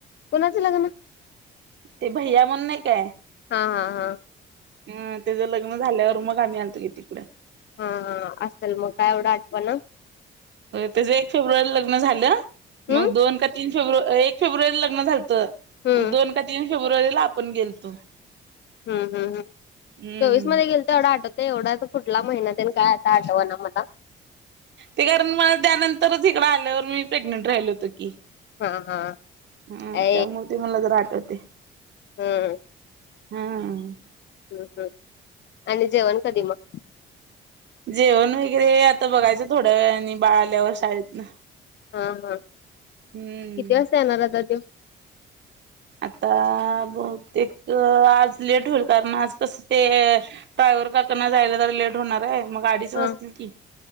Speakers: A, on the left; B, on the right.
A: कोुणाचं लग्न
B: ते भैया म्हण नाही काय
A: हा हा हा
B: हं त्याचं लग्न झाल्यावर मग आम्ही आणतो की तिकडं
A: हा हा असेल मग काय एवढं आठवणा
B: त्याच एक फेब्रुवारीला लग्न झालं
A: हम्म
B: मग दोन का तीन फेब्रुवारी एक फेब्रुवारीला लग्न झालं
A: हम्म
B: दोन का तीन फेब्रुवारीला आपण गेलतो.
A: हम् हम् हम
B: हम्म
A: चोवीस मध्ये गेल तर एवढा आठवतय एवढा तर कुठला महिनाते काय? आठव ना मला
B: ते कारण मला त्यानंतरच इकडं आल्यावर मी प्रेग्नेंट राहिल होत की
A: हा हा
B: हम्
A: ऐ
B: त्यामुळे ते मला जरा आठवते
A: हम्म
B: हम्
A: हम् हम् आणि जेवण कधी मग
B: जेवण वगैरे आता बघायचं थोड्या वेळानी बाळ आल्यावर शाळेतन
A: हा हा
B: हम्म.
A: किती वाजता येणार आता त्यो
B: आता बहुतेक आज लेट होईल कारण आज कसं ते ड्रायवर काकना जायला तर लेट होणार आहे मग गाडीच
A: हा
B: बसतील की